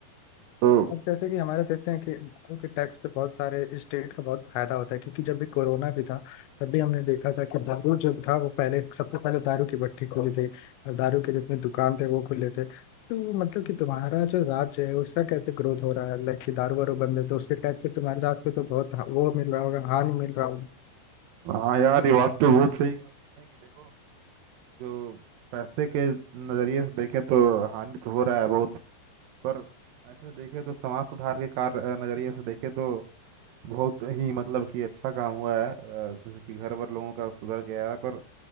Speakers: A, on the right (about 85°); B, on the left (about 85°).
A: तो
B: अब जैसे कि हमारे देखते हैं कि दारू के टैक्स पे बहुत सारे स्टेट का बहुत फायदा होता है क्योंकि जब भी कोरोना भी था तब भी हमने देखा था कि दारू जो था वो पहले सबसे पहले दारू की भट्टी खुली थी और दारू के जितने दुकान थे वो खुले थे तो मतलब कि तुम्हारा जो राज्य है उसका कैसे ग्रोथ हो रहा है लाइक कि दारू वारू बंद है तो उसके टैक्स से तुम्हारे राज्य पे तो बहुत वो मिल रहा होगा हानि मिल रहा
A: हाँ यार ये बात तो बहुत सही कहा तुमने कि देखो जो पैसे के नज़रिए से देखें तो हानि तो हो रहा है बहुत पर ऐसे देखें तो समाज सुधार के कार्य नज़रिए से देखें तो बहुत ही मतलब कि अच्छा काम हुआ है अ, जैसे कि घर भर लोगों का सुधर गया है पर